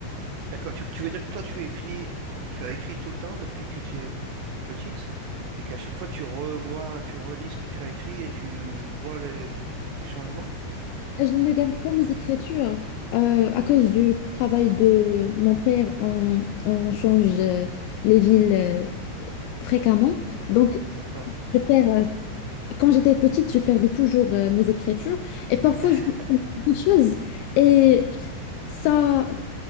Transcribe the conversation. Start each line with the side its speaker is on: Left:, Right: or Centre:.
Right: D'accord, tu, tu veux dire que toi tu écris, tu as écrit tout le temps depuis que tu es petite et qu'à chaque fois tu revois, tu relis ce que tu as écrit et tu vois les, les changements?
Left: Je ne garde pas mes écritures. Euh, à cause du travail de mon père, on, on change euh, les villes euh, fréquemment. Donc,
Right: D'accord,
Left: je perds, euh, quand j'étais petite, je perdais toujours euh, mes écritures. Et parfois,
Right: <laughs>
Left: je trouve quelque chose. Et ça,